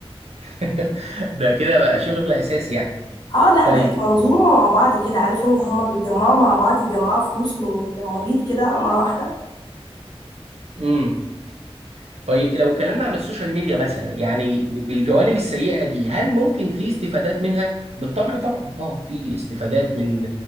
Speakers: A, on the right; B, on the left.
A: <laughs> ده كده بقى شغل اساسي يعني
B: اه لا
A: طيب
B: بقت منظومه مع بعض كده عارف انت هما بيتجمعوا مع بعض يجمعوا فلوس من المريض كده مره واحده
A: امم طيب لو اتكلمنا عن السوشيال ميديا مثلا يعني ب- بالجوانب السيئه دي هل ممكن في استفادات منها؟ بالطبع طبعا اه في استفادات من